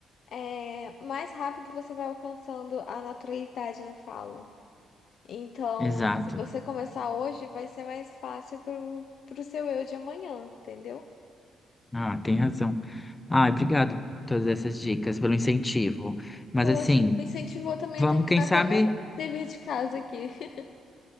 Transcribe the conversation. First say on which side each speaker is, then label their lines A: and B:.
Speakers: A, on the left; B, on the left.
A: é, mais rápido você vai alcançando a naturalidade na fala. Então,
B: Exato.
A: se você começar hoje, vai ser mais fácil pro, pro seu eu de amanhã, entendeu?
B: Ah, tem razão. Ah, obrigado por todas essas dicas, pelo incentivo. Mas
A: Poxa,
B: assim,
A: me incentivou também
B: vamos,
A: a terminar
B: quem
A: até
B: sabe,
A: meu dever de casa aqui. <laughs>